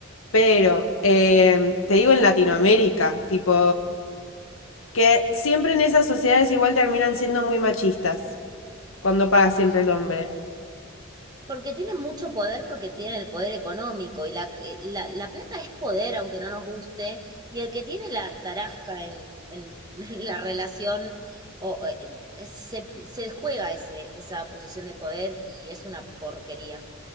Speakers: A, on the left; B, on the right.
A: Pero, em, te digo en Latinoamérica, tipo, que siempre en esas sociedades igual terminan siendo muy machistas, cuando paga siempre el hombre.
B: Porque tienen mucho poder, porque tienen el poder económico y la, eh, la, la plata es poder, aunque no nos guste, y el que tiene la tarasca en, en- <laughs> en la relación o, eh, en- se, se juega ese, esa posición de poder y es una porquería.